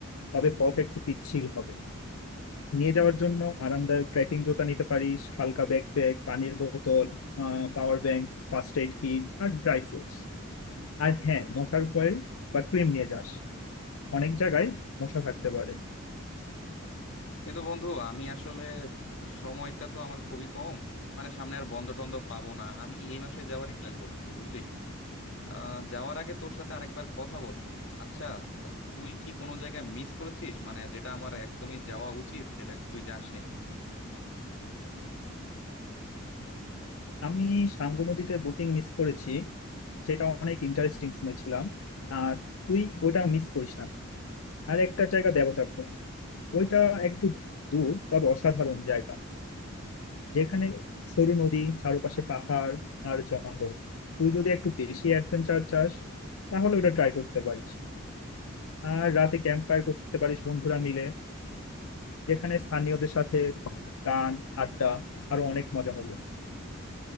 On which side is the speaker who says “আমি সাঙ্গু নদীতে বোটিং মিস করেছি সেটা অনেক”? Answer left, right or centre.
Left